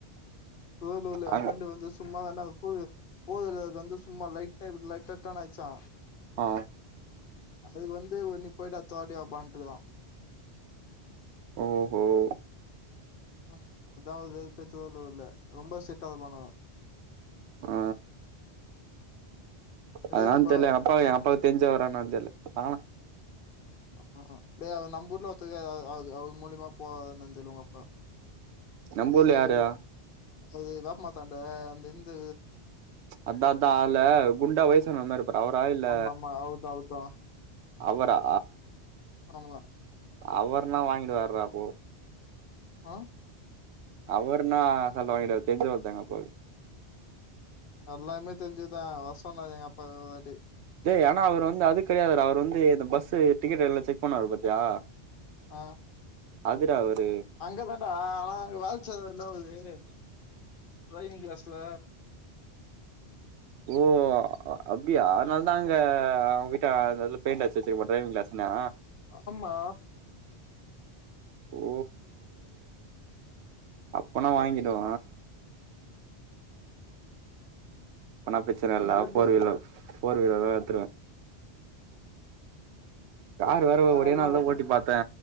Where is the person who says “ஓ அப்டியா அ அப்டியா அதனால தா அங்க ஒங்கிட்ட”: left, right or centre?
Right